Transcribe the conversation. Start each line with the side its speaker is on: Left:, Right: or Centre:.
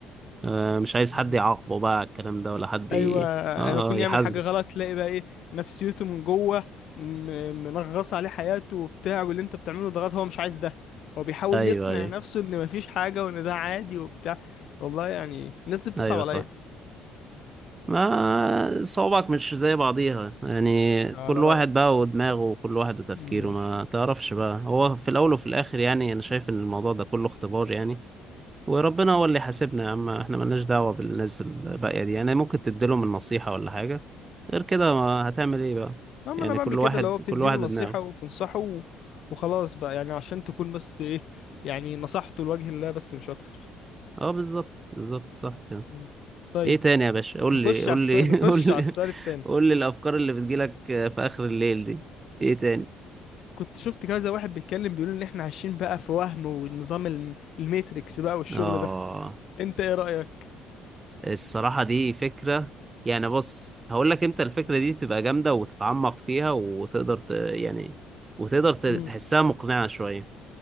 Right: آه، مش عايز حد
Left: مم.
Right: يعاقبه بقى على الكلام ده ولا حد ي...
Left: ايوه
Right: اه
Left: انا يكون
Right: يحاسبه
Left: يعمل حاجة غلط تلاقي بقى ايه نفسيته من جوه م- منغص عليه حياته وبتاع واللي انت بتعمله ده غلط هو مش عايز ده هو بيحاول
Right: ايوه
Left: يقنع
Right: ايوه
Left: نفسه ان مفيش حاجة وان ده عادي وبتاع والله يعني الناس دي بتصعب
Right: ايوه
Left: عليا
Right: صح ما صوابعك مش زي بعضيها يعني
Left: على
Right: كل
Left: رأيك
Right: واحد بقى ودماغه وكل واحد وتفكيره
Left: مم.
Right: ما تعرفش بقى هو في الاول وفي الاخر يعني انا شايف ان الموضوع ده كله اختبار يعني وربنا هو اللي يحاسبنا يا عم احنا ملناش دعوة بالناس الباقية دي يعني ممكن تديلهم النصيحة ولا حاجة غير كده ما هتعمل ايه بقى
Left: اما
Right: يعني
Left: انا بعمل
Right: كل
Left: كده
Right: واحد
Left: اللي هو بتديله
Right: كل واحد
Left: نصيحة
Right: دماغه
Left: وتنصحه و- وخلاص بقى يعني عشان تكون بس ايه يعني نصحته لوجه الله بس مش اكتر
Right: اه بالظبط بالظبط صح كده
Left: مم. طيب
Right: ايه تاني يا باشا قول
Left: نخش
Right: لي قول
Left: على السؤال
Right: لي
Left: نخش
Right: <laughs> قول لي
Left: على السؤال التاني
Right: قول لي الافكار اللي بتجيلك في اخر الليل دي ايه تاني
Left: كنت شفت كذا واحد بيتكلم بيقول ان احنا عايشين بقى في وهم ونظام الم- الميتريكس بقى والشغل
Right: اه
Left: ده انت ايه رأيك
Right: الصراحة دي فكرة يعني بص هقول لك امتى الفكرة دي تبقى جامدة وتتعمق فيها وتقدر ت... يعني وتقدر ت- تحسها
Left: امم
Right: مقنعة شوية